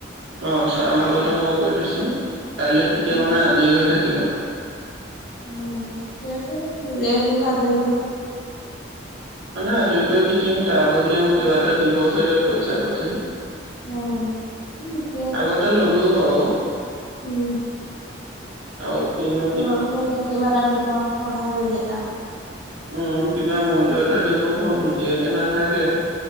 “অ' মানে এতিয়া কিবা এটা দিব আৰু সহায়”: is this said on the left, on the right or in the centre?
Left